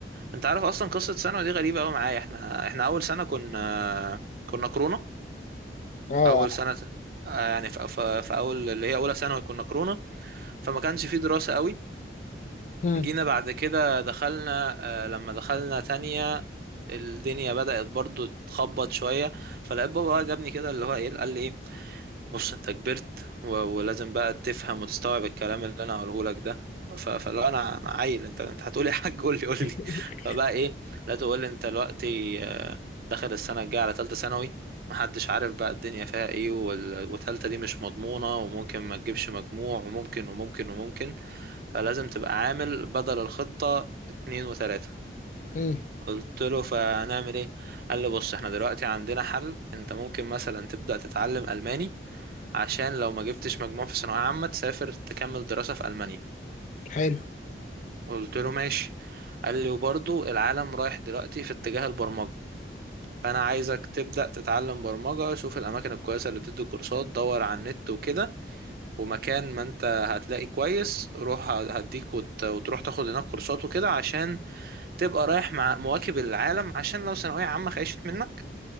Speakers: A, on the right (about 55°); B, on the left (about 40°).
A: انت عارف اصلا قصه ثانوي دي غريبه قوي معايا احنا احنا اول سنه كنا كنا كورونا
B: اه
A: اول سنه آه، يعني في, في, في اول اللي هي اولى ثانوي كنا كورونا فما كانش في دراسه قوي
B: مم.
A: جينا بعد كده دخلنا آه، لما دخلنا تانية الدنيا بدأت برضو تخبط شوية فلقيت بابا بقى جابني كده اللي هو ايه قال لي ايه بص انت كبرت و- ولازم بقى تفهم وتستوعب الكلام اللي انا هقوله لك ده ف- فلو انا انا عيل انت انت هتقولي يا حاج <laughs> قول لي قول
B: <laughs>
A: لي فبقى ايه لا تقول لي انت دلوقتي آه، داخل السنه الجايه على ثالثه ثانوي محدش عارف بقى الدنيا فيها ايه وال- وتالتة دي مش مضمونه وممكن ما تجيبش مجموع وممكن وممكن وممكن فلازم تبقى عامل بدل الخطه اتنين وتلاته
B: مم.
A: قلت له فنعمل ايه قال لي بص احنا دلوقتي عندنا حل انت ممكن مثلا تبدأ تتعلم ألماني عشان لو ما جبتش مجموع في ثانوية عامة تسافر تكمل دراسة في ألمانيا
B: حلو
A: قلت له ماشي قال لي وبرضو العالم رايح دلوقتي في اتجاه البرمجة فأنا عايزك تبدأ تتعلم برمجة شوف الأماكن الكويسة اللي بتدي كورسات دور على النت وكده ومكان ما أنت هتلاقي كويس روح هديك وت... وتروح تاخد هناك كورسات وكده عشان تبقى رايح مع مواكب العالم عشان لو ثانوية عامة خيشت منك